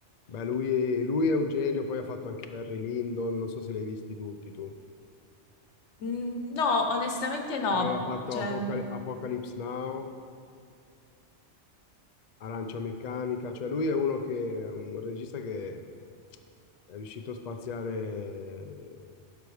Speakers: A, on the left; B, on the left.
A: beh, lui, lui è un genio, poi ha fatto anche Barry Lyndon, non so se l'hai visti tutti tu.
B: Mm, No, onestamente no.
A: Poi ha fatto
B: Cioè,
A: Apocal-
B: mm,
A: Apocalypse Now. Arancia Meccanica, cioè lui è uno che è un regista che è riuscito a spaziare,